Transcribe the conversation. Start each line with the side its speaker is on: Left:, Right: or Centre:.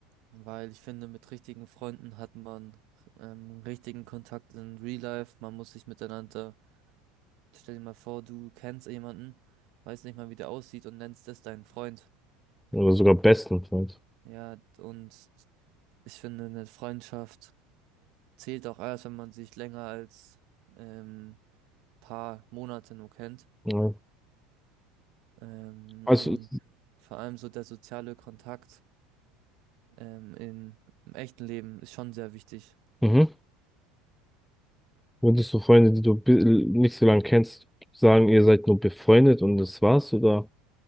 Right: Weil ich finde, mit richtigen Freunden hat man ähm, richtigen Kontakt in Real Life. Man muss sich miteinander. Stell dir mal vor, du kennst jemanden, weiß nicht mal, wie der aussieht und nennst das deinen Freund.
Centre: Oder sogar besten Freund.
Right: Ja, und ich finde, eine Freundschaft zählt auch erst, wenn man sich länger als ähm, paar Monate nur kennt.
Centre: Ja.
Right: Ähm,
Centre: Also,
Right: und vor allem so der soziale Kontakt ähm, in, im echten Leben ist schon sehr wichtig.
Centre: Mhm. Würdest du Freunde, die du bi- nicht so lange kennst, sagen, ihr seid nur befreundet und das war's, oder?